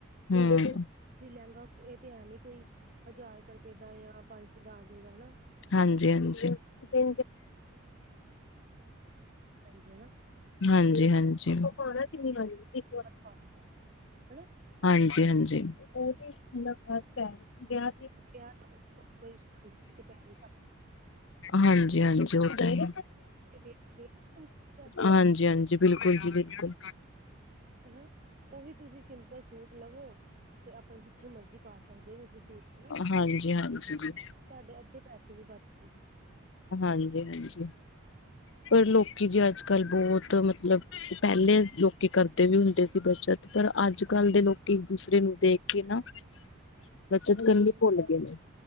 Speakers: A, on the left (about 60°); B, on the right (about 40°).
A: ਹੂੰ,
B: ਦੇਖੋ ਤੁਸੀਂ ਲਹਿੰਗਾ ਇਹ ਤੇ ਹੈ ਨੀ ਕੋਈ ਹਜ਼ਾਰ ਕਰ ਰੁਪਏ ਜਾਂ ਪੰਜ ਸੌ ਦਾ ਆ ਜਾਏਗਾ ਹਨਾ।
A: ਹਾਂਜੀ ਈ ਹਾਂਜੀ ਈ
B: ਭੈਣਜੀ ਹਨਾ।
A: ਹਾਂਜੀ
B: ਤੇ
A: ਈ ਹਾਂਜੀ ਈ
B: ਹਨ ਹਾਂ ਹਨਾ।
A: ਹਾਂਜੀ ਈ ਹਾਂਜੀ ਈ ਲਵ ਫਸਟ ਆ ਗਿਆ।
B: ਗਿਆ ਕੋਈ ਪੈ
A: ਹਾਂਜੀ ਈ ਹਾਂਜੀ ਈ ਉਹ ਤਾਂ ਹੈ
B: ਵੇਸਟ ਗਏ ਨਾ ਤਿੰਨ ਚਾਰ ਹਜ਼ਾਰ ਰੁਪਏ
A: ਹਾਂਜੀ
B: ਫਿਰ
A: ਈ ਹਾਂਜੀ ਈ ਬਿਲਕੁਲ ਜੀ ਬਿਲਕੁਲ।
B: ਅਹਾਂ ਉਹੀ ਤੁਸੀਂ ਸਿੰਪਲ ਸੂਟ ਲਵੋ ਤੇ ਆਪਣਾ ਜਿੱਥੇ ਮਰਜੀ ਪਾ ਸਕਦੇ ਹੋ ਤੁਸੀਂ ਸੂਟ ਹਨਾ
A: ਹਾਂਜੀ-ਹਾਂਜੀ ਜੀ।
B: ਤੁਹਾਡੇ ਅੱਧੇ ਪੈਸੇ ਵੀ ਬਚਦੇ ਨੇ।
A: ਹਾਂਜੀ ਈ ਹਾਂਜੀ ਈ ਪਰ ਲੋਕੀ ਜੇ ਅੱਜ ਕੱਲ ਬਹੁਤ ਮਤਲੱਬ। ਪਹਿਲੇ ਲੋਕੀ ਕਰਦੇ ਵੀ ਹੁੰਦੇ ਸੀ ਬੱਚਤ ਪਰ ਅੱਜ ਕੱਲ੍ਹ ਦੇ ਲੋਕੀ ਇੱਕ ਦੂਸਰੇ ਨੂੰ ਦੇਖ ਕੇ ਨਾ। <unintelligible>
B: ਹਾਂਜੀ
A: ਕਰਨੀ ਭੁੱਲ
B: ਈ
A: ਗਏ ਨੇ।